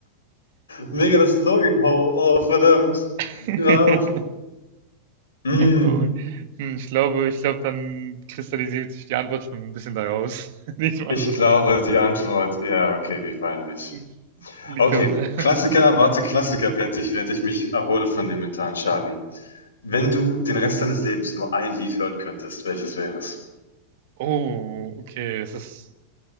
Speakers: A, on the left; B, on the right.
A: Mega das Logik-Hole. Oh, oh, verdammt.
B: <laughs>
A: Ja, mm,
B: Oh, hm, ich glaube ich glaube, dann kristallisiert sich die Antwort schon ein bisschen daraus. <laughs> Nicht mal
A: ich glaube,
B: sagen.
A: die Antwort, ja, okay, wie peinlich.
B: Hm, liegt
A: Okay,
B: auf der <laughs>
A: Klassiker, warte, Klassiker, während ich, während ich mich erhole von dem mentalen Schaden. Wenn du den Rest deines Lebens nur ein Lied hören könntest, welches wäre es?
B: Oh, okay, Das ist